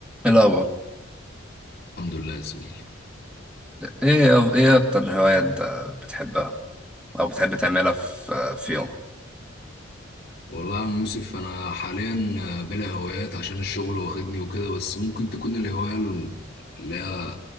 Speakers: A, in the centre; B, on the left (about 55°).
A: ايه الأخبار؟
B: الحمد لله يا زميلي
A: ايه ايه اكتر هواية انت بتحبها او بتحب تعملها في في يومك
B: والله يا عم يوسف انا حاليا آه، بلا هوايات عشان الشغل واخدني وكده بس ممكن تكون الهوايه اللي هي